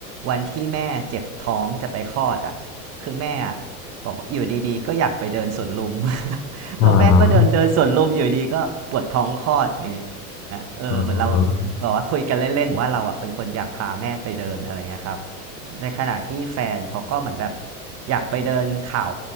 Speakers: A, on the right (about 35°); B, on the left (about 60°).
A: วันที่แม่เจ็บท้องจะไปคลอดอ่ะคือแม่ บอกว่าอยู่ดีๆก็อยากไปเดินสวนลุม <laughs>
B: อ๋อ
A: แล้วแม่ก็เดินเดินสวนลุมอยู่ดีก็ปวดท้องคลอดอย่างเงี้ยเออเหมือนเรา
B: อ๋อ
A: บอกว่าคุยกันเล่นๆ ว่าเราอ่ะเป็นคนอยากพาแม่ไปเดินอะไรเงี้ยครับในขณะที่แฟนเขาก็เหมือนแบบอยากไปเดินเขา